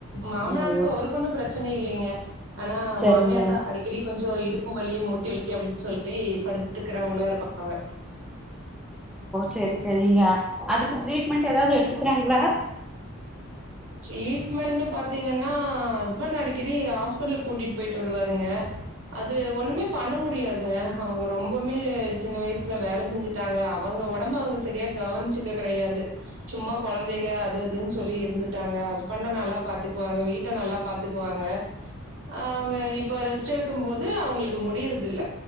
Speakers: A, on the right; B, in the centre.
A: மாமனாருக்கு
B: ஓ
A: அவருக்கு ஒன்னோ பிரச் பிரச்சன இல்லைங்க ஆனா
B: சரிங்க
A: மாமியார் தா அடிக்கடி கொஞ்சோ இடுப் பு வலி முட்டி வலி அப்படின்னு சொல்லி படுத்துக்கிறவங்களா இருப்பாங்க
B: சரி சரிங்க அது ட்ரீட்மெண்ட் ஏதாவது எடுத்துக்கிறாங்களா
A: ட்ரீட்மெண்ட்னு பாத்தீங்கன்னா ஹஸ்பண்ட் அடிக்கடி ஹாஸ் பிட்டலுக் கூட்டிட்டு போயிட்டு வருவாருங்க அது ஒண்ணுமே பண்ண முடியாதுங்க அவங்க ரொம்பவுமே சின்ன வயசுல வேல செஞ்சுட்டாங்க அவுங்க ஒடம்ப அவுங்க சரியா கவனிச்சக்க கெடையாது சும்மா கொழந்தைக அது இதுன்னு சொல்லி இருந்துட்டாங்க ஹஸ்பண்ட நல்லா பாத்துக்குவாங்க வீட் த்த நல்லா பாத்துக்குவாங்க ஹ அவுங்க இப்ப ரெஸ்ட் எடுக்கும் போது அவுங்களுக்கு முடியறது இல்ல